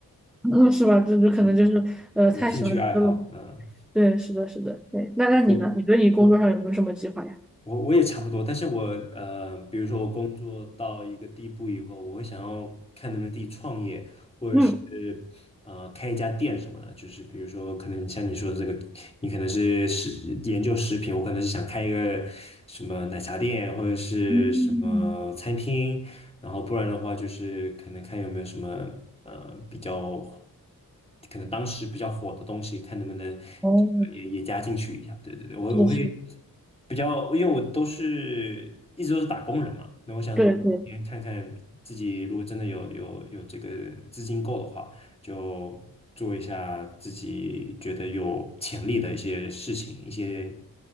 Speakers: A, in the centre; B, on the left (about 15°).
A: 嗯，是吧？这就可能就是呃太喜欢吃了，
B: <laughs> 是有兴趣爱好，嗯。
A: 对，是的，是的，对。那那你呢？
B: 我我
A: 你对你工作上有没有什么计划呀？
B: 我我也差不多，但是我呃，比如说我工作到一个地步以后，我会想要看能不能自己创业，或者是
A: 嗯
B: 呃开一家店什么的。就是比如说，可能像你说的这个，你可能是食研究食品，我可能是想开一个什么奶茶店或者是什么餐厅，
A: 嗯，
B: 然后不然的话就是可能看有没有什么呃比较可能当时比较火的东西，看能不能这个也也加进去一下。
A: 哦，
B: 对对对，我我会
A: 是的，是的
B: 比较，因为我都是一直都是打工人嘛，那我想先看看自己如果真的有有有这个资金够的话，
A: 对对。
B: 就做一下自己觉得有潜力的一些事情，一些